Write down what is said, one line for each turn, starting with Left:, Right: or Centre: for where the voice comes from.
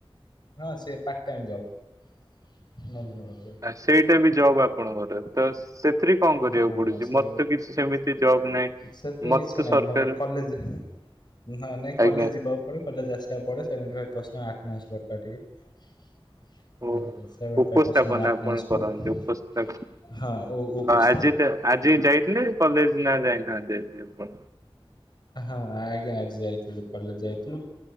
Left: ହଁ ସେ ପାର୍ଟ ଟାଇମ ଜବ।
Right: ଆ ସେଇଟା ବି ଜବ୍ ଆପଣଙ୍କର ତ ସେ ଥ୍ରୀ କଣ କରିବାକୁ
Left: ହଁ
Right: ପଡୁଛି?
Left: ସେ
Right: ମତେ କିଛି ସେମିତି ଜବ ନାହିଁ
Left: ସେଥିରେ
Right: ମତେ
Left: କିଛି ନାହିଁ
Right: ସରକାର
Left: ମାନେ କଲେଜ ହଁ, ନା ନାଇଁ କଲେଜ
Right: ଆଜ୍ଞା
Left: ଯିବାକୁ ପଡେ, କଲେଜ ଆସ୍ ପଡ଼େ ସେଭେଣ୍ଟି ଫାଇଭ୍ ପରସେଣ୍ଟ ଆଠନାସ୍ ଦରକାର ଟିକେ। <unintelligible>
Right: ଓ
Left: ସେଭେଣ୍ଟି
Right: ଉପସ୍ଥାପନା
Left: ଫାଇଭ୍ ପରସେଣ୍ଟ ଆଠନାସ୍
Right: ଆପଣ
Left: ପଡ଼େ।
Right: କରନ୍ତି ଉପସ୍ଥାପ
Left: ହଁ, ଉ ଉ ପସ୍
Right: ଆଜି ତା ଆଜି ଯାଇଥିଲେ, କଲେଜ ନା ଯାଇନାହାନ୍ତି ଆପଣ?
Left: ହଁ, ଆଜ୍ଞା ଆଜି ଯାଇଥିଲୁ। କଲେଜ ଯାଇଥିଲୁ,